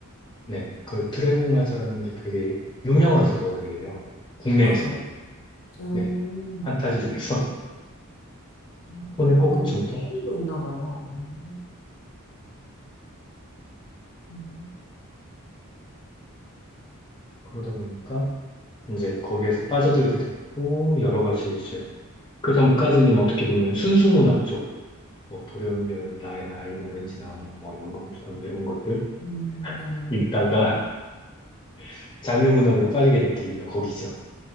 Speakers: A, on the left; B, on the left.
A: 네, 그 드래곤 라자라는 게 되게 유명한 소설이에요. 국내에서는.
B: 아, 그래. 음,
A: 네, 판타지 중에서 <laughs>
B: 음,
A: 손에 꼽을
B: 이거 뭐,
A: 정도?
B: 페이도 있나 봐요. 음, 음,
A: 그러다 보니까 이제 거기에서 빠져들게 됐고, 여러 가지 이제 그 전까지는 어떻게 보면 순수 문학 쪽, 뭐 돌연변이, 라이, 라임, 오렌지나 뭐, 뭐 연금술사 뭐 이런 것들
B: 음, 네.
A: 읽다가 <laughs> 장르 문학으로 빠지게 된 계기가 거기죠.